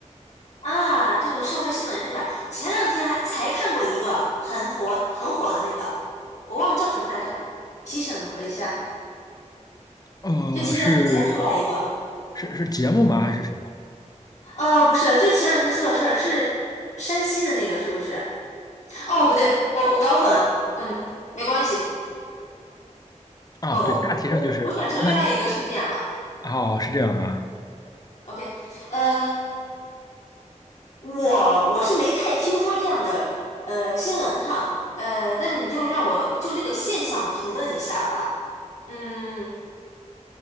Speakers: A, on the left; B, on the left.
A: 啊，这种社会新闻是吧？前两天还才看过一个很火很火的那个，我忘了叫什么来着，提醒我一下。
B: 呢？呃，
A: 就前两天才出来一个，
B: 是是是节目吗？还是什么？
A: 呃，不是，就是前两天出了事儿，是山西的那个，是不是？哦，不对，我我搞混了，嗯，没关系，
B: 啊，
A: 哦，
B: 对，大体上就是那那
A: 我我我想成另外一个事件了。
B: 哦是这样的，
A: OK，呃，我我是没太听说这样的呃新闻哈，呃，但是你就让我就这个现象评论一下的话，嗯，